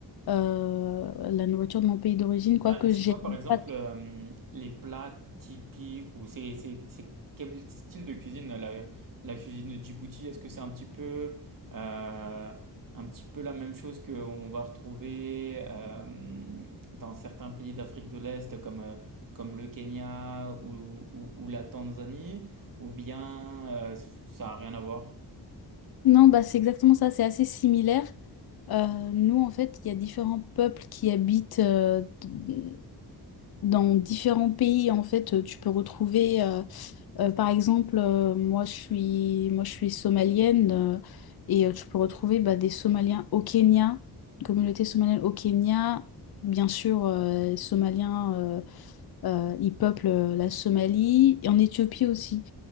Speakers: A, on the left; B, on the right.
A: euh, la nourriture de mon pays d'origine, quoique
B: Ah, et c'est
A: j'aime
B: quoi, par exemple,
A: pas
B: euh, les plats typiques ou c'est c'est- c'est quel style de cuisine la, la cuisine de Djibouti? Est-ce que c'est un petit peu euh, un petit peu la même chose qu'on va retrouver euh, dans certains pays d'Afrique de l'Est comme euh, comme le Kenya ou, ou- ou la Tanzanie ou bien euh, ça a rien à voir?
A: Non, bah, c'est exactement ça, c'est assez similaire. Euh, nous, en fait, il y a différents peuples qui habitent euh, d- dans différents pays. En fait, euh, tu peux retrouver, euh, euh, par exemple, euh, moi, je suis, moi, je suis somalienne euh, et euh, tu peux retrouver bah, des Somaliens au Kenya, une communauté somalienne au Kenya, bien sûr, euh, Somaliens. euh, euh, ils peuplent euh, la Somalie et en Éthiopie aussi.